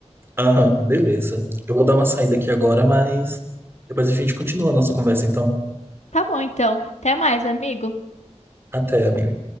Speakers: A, on the right (about 20°); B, on the left (about 75°).
A: Aham, beleza. Eu vou dar uma saída aqui agora, mas depois a gente continua a nossa conversa, então.
B: Tá bom, então. Até mais, amigo.
A: Até, amiga.